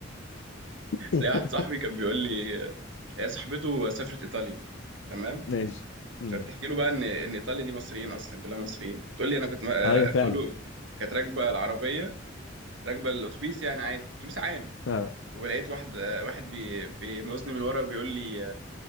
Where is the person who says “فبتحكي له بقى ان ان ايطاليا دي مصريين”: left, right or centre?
Right